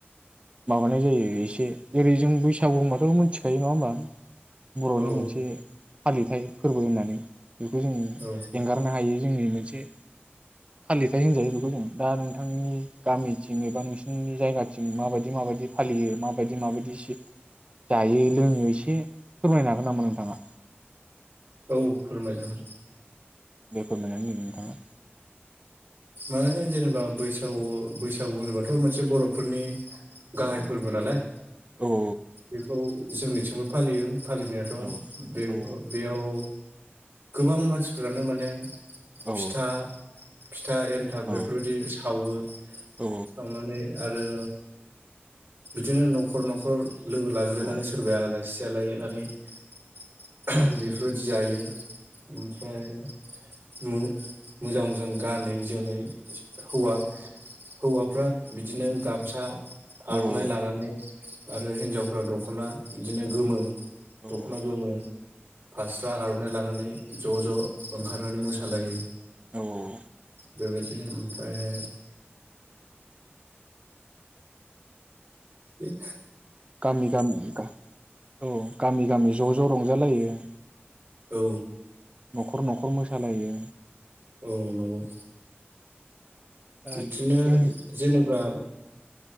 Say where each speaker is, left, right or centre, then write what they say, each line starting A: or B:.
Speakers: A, on the right (about 30°); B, on the right (about 55°).
A: माबानाय जायो एसे एरै जों बैसागु होनबाथ' मोनथिखायो नङा होमबा? बर'नि
B: औ
A: मोनसे‌। फालिथाय फोरबो होननानै बेखौ जों
B: औ
A: एंगारनो हायै जोंनि मोनसे फालिथाय होनजायो बेखौ जों दा नोंथांनि गामिथिं एबा नोंसिनि जायगाथिं माबायदि माबायदि फालियो माबायदि माबायदि जायो लोङो एसे फोरमायनो हागोन नामा नोंथाङा?
B: औ फोरमाय जागोन।
A: दे फोरमायनानै हो नोंथाङा।
B: माने जेनेबा बैसागु बैसागु होनोबाथ' मोनसे बर'फोरनि गाहाय
A: औ
B: फोरबो नालाय
A: औ
B: बेखौ जोंनिथिंबो फालियो। फालिनायाथ'
A: औ
B: बे-बेयाव
A: औ
B: गोबां मानसिफ्रानो माने
A: औ
B: फिथा फिथा एन्थाब
A: औ
B: बेफोरबायदि सावो
A: औ
B: सावनानै आरो बिदिनो न'खर न'खर लोगो लाज्लायनानै
A: औ
B: सोरबाया आलाय खुसि <unintelligible> बेफ फोरबायदि जायो। ओमफ्राय मो मोजां मोजां गानै जोमै हौवा हौवाफ्रा बिदिनो गामसा
A: औ
B: आर'नाइ लानानै आरो हिनजावफ्रा दख'ना बिदिनो गोमो दख'ना
A: औ
B: गोमो फास्रा आर'नाइ लानानै ज ज ओंखार नानै मोसालायो।
A: औ औ
B: बेबायदि ओमफ्राय बि
A: गामि गामि गा औ औ गामि गामि ज ज रंजालायो।
B: औ
A: न'खर न'खर मोसालायो।
B: औ नंगौ।
A: दा
B: बिदिनो
A: जों
B: जेनेबा
A: औ